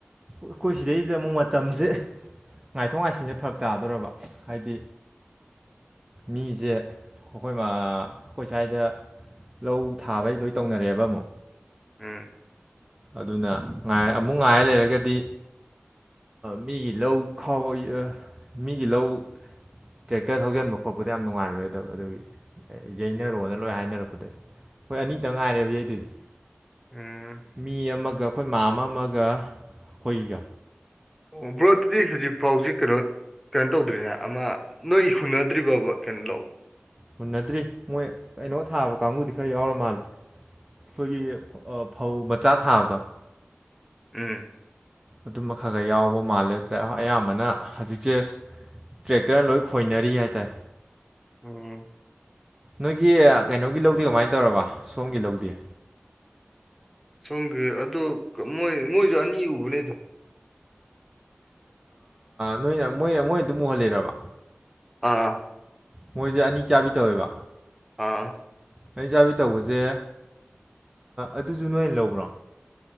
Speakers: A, on the right; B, in the centre.
A: ꯑꯩꯈꯣꯏ ꯁꯤꯗꯩꯁꯤꯗ ꯑꯃꯨꯛ ꯃꯇꯝꯁꯦ ꯉꯥꯏꯊꯣꯛ ꯉꯥꯏꯁꯤꯟꯁꯦ ꯐꯔꯛ ꯇꯥꯗꯣꯔꯕ ꯍꯥꯏꯗꯤ ꯃꯤꯁꯦ ꯑꯩꯈꯣꯏ ꯑꯩꯈꯣꯏ ꯁ꯭ꯋꯥꯏꯗ ꯂꯧ ꯊꯥꯕꯩ ꯂꯣꯏ ꯇꯧꯅꯔꯦꯕ ꯑꯃꯨꯛ
B: ꯎꯝ
A: ꯑꯗꯨꯅ ꯉꯥꯏ ꯑꯃꯨꯛ ꯉꯥꯏ ꯂꯩꯔꯒꯗꯤ ꯃꯤꯒꯤ ꯂꯧ ꯈꯥꯎꯕ ꯃꯤꯒꯤ ꯂꯧ ꯇ꯭ꯔꯦꯛꯇꯔ ꯊꯧꯖꯤꯟꯕ ꯈꯣꯠꯄꯗ ꯌꯥꯝ ꯅꯨꯡꯉꯥꯏꯔꯣꯏꯗꯕ ꯑꯗꯨꯒꯤ ꯌꯩꯅꯔꯣꯅ ꯂꯣꯏ ꯍꯥꯏꯅꯔꯛꯄꯗ ꯑꯩꯈꯣꯏ ꯑꯅꯤꯗ ꯉꯥꯏꯔꯦꯕ ꯌꯩꯗꯨꯁꯦ
B: ꯎꯝ
A: ꯃꯤ ꯑꯃꯒ ꯑꯩꯈꯣꯏ ꯃꯥ ꯑꯃ ꯑꯃꯒ ꯑꯩꯈꯣꯏꯒ
B: ꯑꯣ ꯕ꯭ꯔꯣ ꯑꯗꯨꯗꯤ ꯍꯧꯖꯤꯛ ꯐꯥꯎꯁꯤ ꯀꯩꯅꯣ ꯀꯩꯅꯣ ꯇꯧꯗ꯭ꯔꯤꯅꯦ ꯑꯃ ꯅꯣꯏ ꯍꯨꯟꯅꯗ꯭ꯔꯤꯕꯣꯕ ꯀꯩꯅꯣ ꯂꯧ
A: ꯍꯨꯟꯅꯗ꯭ꯔꯤ ꯃꯣꯏ ꯀꯩꯅꯣ ꯊꯥꯕ ꯀꯥꯡꯕꯨꯗꯤ ꯈꯔ ꯌꯥꯎꯔ ꯃꯥꯂꯦ ꯑꯩꯈꯣꯏꯒꯤ ꯐꯧ ꯃꯆꯥ ꯊꯥꯕꯗꯣ
B: ꯎꯝ
A: ꯑꯗꯨꯝꯕ ꯈꯔ ꯈꯔ ꯌꯥꯎꯕ ꯃꯥꯜꯂꯦ ꯑꯗꯨꯗ ꯑꯌꯥꯝꯕꯅ ꯍꯧꯖꯤꯛꯁꯦ ꯇ꯭ꯔꯦꯛꯇꯔ ꯂꯣꯏ ꯈꯣꯏꯅꯔꯤ ꯍꯥꯏꯇꯥꯔꯦ
B: ꯎꯝ
A: ꯅꯣꯏꯒꯤ ꯀꯩꯅꯣꯒꯤ ꯂꯧꯗꯤ ꯀꯃꯥꯏꯅ ꯇꯧꯔꯕ ꯁꯣꯝꯒꯤ ꯂꯧꯗꯤꯦ
B: ꯁꯣꯝꯒꯤ ꯑꯗꯣ ꯃꯣꯏ ꯃꯣꯏꯁꯨ ꯑꯅꯤ ꯎꯕꯅꯦꯗꯣ
A: ꯅꯣꯏꯅ ꯃꯣꯏ ꯃꯣꯏ ꯑꯗꯨꯝ ꯎꯍꯜꯂꯤꯔꯕ
B: ꯑꯥ
A: ꯃꯣꯏꯁꯦ ꯑꯅꯤ ꯆꯥꯕꯤ ꯇꯧꯋꯦꯕ
B: ꯑꯥ
A: ꯑꯩ ꯆꯥꯕꯤ ꯇꯧꯕꯁꯦ ꯑꯗꯨꯁꯨ ꯅꯣꯏ ꯂꯧꯕ꯭ꯔꯣ